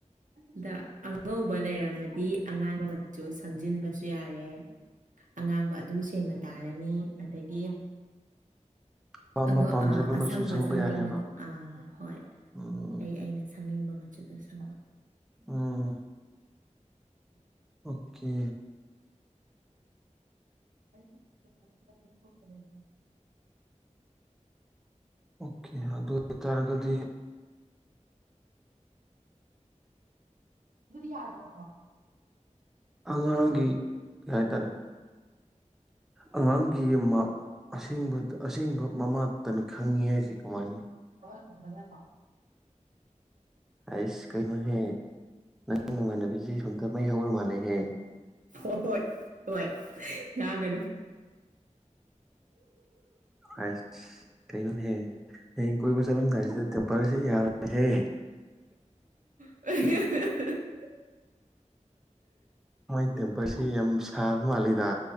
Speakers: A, on the right; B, in the centre.
A: ꯑꯗ ꯑꯉꯧꯕ ꯂꯩꯔꯝꯃꯗꯤ ꯑꯉꯥꯡꯕ ꯃꯆꯨ ꯁꯪꯖꯤꯟꯕꯁꯨ ꯌꯥꯔꯦ ꯑꯉꯥꯡꯕ ꯑꯗꯨꯝ ꯁꯦꯡꯅ ꯇꯥꯔꯅꯤ ꯑꯗꯒꯤ
B: ꯑꯄꯥꯝꯕ
A: ꯑ
B: ꯄꯥꯝꯖꯕ
A: ꯑ ꯑꯁꯪꯕ
B: ꯃꯆꯨ ꯁꯪꯕ
A: ꯁꯪꯅꯤꯡꯉꯁꯨ
B: ꯌꯥꯔꯦꯕ
A: ꯑꯥ ꯍꯣꯏ
B: ꯎꯝ
A: ꯑꯩ ꯑꯩꯅ ꯁ ꯈꯪꯅꯤꯡꯕ ꯃꯆꯗ ꯁ
B: ꯎꯝ ꯑꯣꯀꯦ
A: <inaudible>
B: ꯑꯣꯀꯦ ꯑꯗꯨ ꯑꯣꯏꯇꯥꯔꯒꯗꯤ
A: ꯑꯗꯨꯗꯤ ꯌꯥꯗ ꯔꯣ
B: ꯑꯉꯥꯡꯒꯤ ꯀꯩ ꯍꯥꯏꯇꯥꯔꯦ ꯑꯉꯥꯡꯒꯤ ꯑꯁꯦꯡꯕꯗ ꯑꯁꯦꯡꯕ ꯃꯃꯥꯇꯅ ꯈꯪꯉꯤ ꯍꯥꯏꯁꯦ ꯀꯃꯥꯏꯅ
A: ꯃ
B: ꯑꯩꯁ ꯀꯩꯅꯣꯍꯦ ꯅꯪ ꯅꯅꯨꯡꯉꯥꯏꯅꯕꯤꯁꯦ ꯁꯣꯝꯇ ꯃꯩ ꯍꯧꯔ ꯃꯥꯜꯂꯦꯍꯦ
A: ꯍ ꯍꯣꯏ ꯍꯣꯏ ꯉꯒꯔ
B: ꯑ ꯀꯩꯅ ꯍꯦ ꯍꯌꯦꯡ ꯀꯣꯏꯕ ꯆꯠꯂꯝꯗꯥꯏꯁꯤꯗ ꯇꯦꯝꯄꯜꯁꯤ ꯌꯥꯔꯦꯍꯦ
A: <unintelligible>
B: ꯃꯣꯏ ꯄ ꯌꯥꯝꯦꯝ ꯁꯥꯐ ꯃꯥ ꯂꯤꯗ